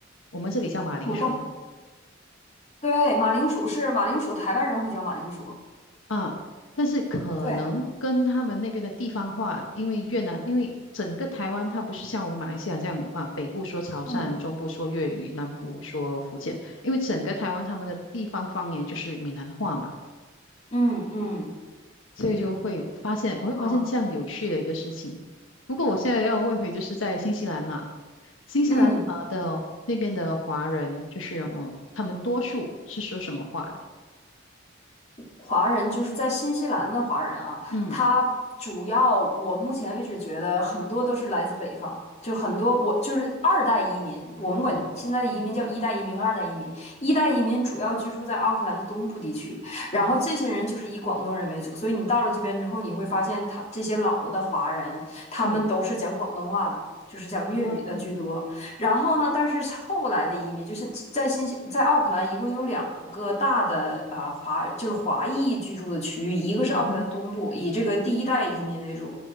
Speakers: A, on the left; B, on the left.
A: 我们这里叫马铃薯
B: 土豆，对，马铃薯是马铃薯，台湾人会叫马铃薯，
A: 啊，但是可能跟他们那边的地方话，
B: 对，
A: 因为越南，因为整个台湾它不是像我们马来西亚这样啊，北部说潮汕，
B: 嗯
A: 中部说粤语，南部说福建，因为整个台湾他们的地方方言就是闽南话嘛，
B: 嗯嗯，
A: 所以就会发现，我会发现这样有趣的一个事情。
B: 啊，
A: 不过我现在要问回，就是在新西兰哈、新西兰啊的那边的华人，
B: 嗯。
A: 就是嗯，他们多数是说什么话的？
B: 华人，就是在新西兰的华人啊，
A: 嗯
B: 他主要我目前为止觉得很多都是来自北方，就很多我就是二代移民，我们管现在的移民叫一代移民二代移民。
A: 嗯
B: 一代移民主要居住在奥克兰的东部地区，然后这些人就是以广东人为主，
A: 嗯哼
B: 所以你到了这边之后，你会发现他这些老的华人，他们都是讲广东话的。
A: 嗯
B: 就是讲粤语的居多，
A: 啊
B: 然后呢，但是后来的移民，就是在新西，在奥克兰一共有两个大的啊、呃华，就是华裔居住的区域，一个是奥克兰的东部，
A: 嗯哼
B: 以这个第一代移民为主，